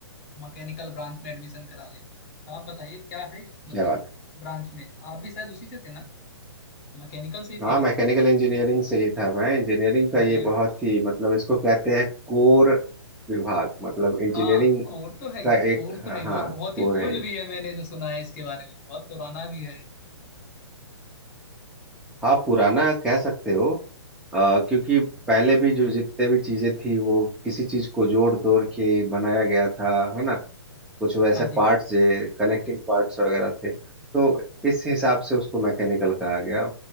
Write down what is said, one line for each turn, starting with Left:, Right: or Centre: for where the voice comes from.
Left: मैकेनिकल ब्रांच में एडमिशन करा ले तो आप बताइए क्या है इस मतलब
Centre: क्या बात
Left: ब्रांच में आप भी शायद उसी से थे ना मैकेनिकल से ही
Centre: हाँ
Left: थे ना
Centre: मैकेनिकल इंजीनियरिंग से ही था मैं इंजीनियरिंग का
Left: अरे
Centre: ये बहुत
Left: वाह।
Centre: ही मतलब इसको कहते हैं कोर विभाग मतलब इंजीनियरिंग
Left: हाँ कोर तो है ही
Centre: का एक
Left: कोर तो है ही
Centre: हाँ
Left: और बहुत
Centre: कोर
Left: ही
Centre: है
Left: ओल्ड
Centre: ये।
Left: भी है मैंने जो सुना है इसके बारे में बहुत पुराना भी है
Centre: हाँ पुराना कह सकते हो अ, क्योंकि पहले भी जो जितने भी चीजें थी वो किसी चीज को जोड़ तोड़ के बनाया गया था है ना कुछ वैसे
Left: हाँ जी
Centre: पार्ट्स
Left: हाँ
Centre: कनेक्टिंग पार्ट्स वगैरह थे तो इस हिसाब से उसको मैकेनिकल कहा गया